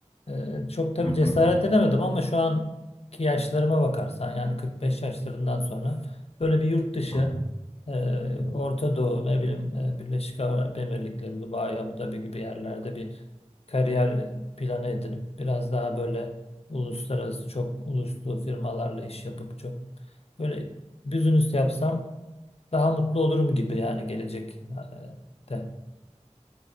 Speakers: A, on the left; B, on the left.
A: Ee, çok tabii
B: hı hı,
A: cesaret edemedim ama şu anki yaşlarıma bakarsan yani 45 yaşlarından sonra böyle bir yurt dışı
B: hı hı.
A: e, Orta Doğu ne bileyim e, Birleşik Arap Emirlikleri, Dubai, Abu Dhabi gibi yerlerde bir kariyer planı edinip biraz daha böyle uluslararası çok uluslu firmalarla iş yapıp çok böyle business yapsam daha mutlu olurum gibi yani gelecek e, de.